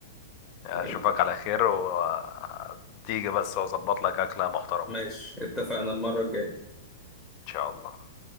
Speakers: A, on the left; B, in the centre.
A: اشوفك
B: حبيبي
A: على خير وتيجي بس واظبط لك اكلة محترمة
B: ماشي اتفقنا المره الجايه
A: ان شاء الله